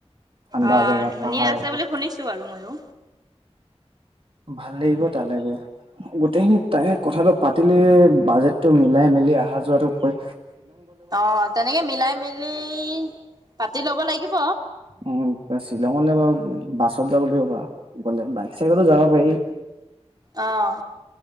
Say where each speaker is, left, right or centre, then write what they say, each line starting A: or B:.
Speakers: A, on the right (about 55°); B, on the right (about 35°).
A: ঠাণ্ডা
B: অ
A: জেগা
B: ধুনীয়া
A: পাহাৰৰ
B: আছে
A: ওপৰত
B: বুলি শুনিছো আৰু ময়ো
A: ভাল লাগিব তালৈ গৈ গোটেইখিনি তাই কথাটো পাতিলে বাজেটটো মিলাই মেলি অহা যোৱাটো কয়
B: অ তেনেকে মিলাই মেলি পাতি লব লাগিব
A: উ শ্বিলঙলৈ বাৰু বাছত যাব লাগিব বাা গলে বাইক চাইকো যাব পাৰি
B: অঁ